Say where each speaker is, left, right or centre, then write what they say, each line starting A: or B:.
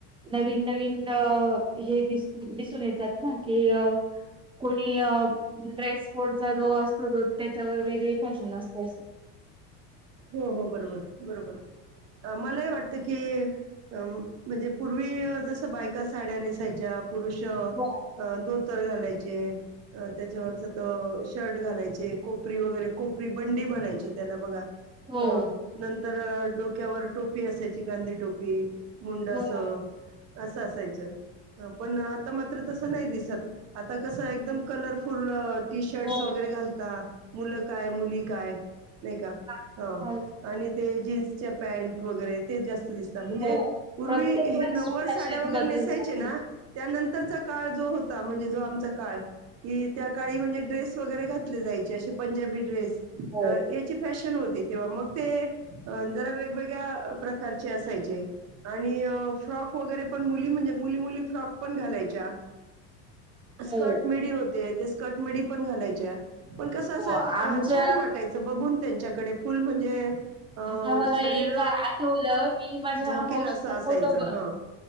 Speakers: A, on the right; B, on the right.
A: नवीन नवीन हे दिस दिसून येतात. होय अ कोणी अ ड्रेस कोटचा जो असतो तो त्याच्यावर वेगळी फॅशन असते अस.
B: हो हो बरोबर बरोबर मलाही वाटत की कि म्हणजे पूर्वी जसं बायका साड्या नेसायच्या. पुरुष अ
A: हो
B: धोत धोतर घालायचे त्याच्यावरच त शर्ट घालायचे कोपरी वगैरे कोपरी बंडी म्हणायचे त्याला बघा. हा
A: हो
B: नंतर तर डोक्यावर टोपी असायची गांधी टोपी मुंडस.
A: हो
B: असं असायचं पण आता मात्र तसं नाही दिसत आता कसं एकदम कलरफूल्ल टी शर्ट्स
A: हो
B: वगैरे घालतात. मुलं काय मुली काय नाही का? हो
A: हा, कॉल
B: आणि ते जीन्सच्या पॅन्ट वगैरे ते जास्त दिसतात म्हणजे
A: हो
B: पूर्वी
A: प्रत्येक
B: हे
A: वेळेस
B: नवारी
A: फॅशन
B: साड्या वगैरे
A: बदल
B: नेसायचे
A: झाली
B: ना त्यानंतरचा काळ जो म्हणजे जो आमचा काळ की त्या काळी म्हणजे ड्रेस वगैरे घातले जायचे असे पंजाबी ड्रेस अ
A: हो
B: येची फॅशन होती. तेव्हा मग ते जरा वेगवेगळ्या प्रकारचे असायचे आणि फ्रॉक वगैरे पण मुली म्हणजे मुली मुली फ्रॉक पण घालायच्या.
A: हो
B: स्कर्ट मिडी होते. ते स् कटमिडी पण घालायच्या. पण कस असं
A: हो आमच्या
B: छान वाटायचं बघून. त्यांच्याकडे फुल म्हणजे अ,
A: आता मला
B: शरीर
A: एक आठवलं मी माझ्या
B: झाकेल
A: मावशीचा
B: असं असायचं
A: फोटो बघ.
B: हां,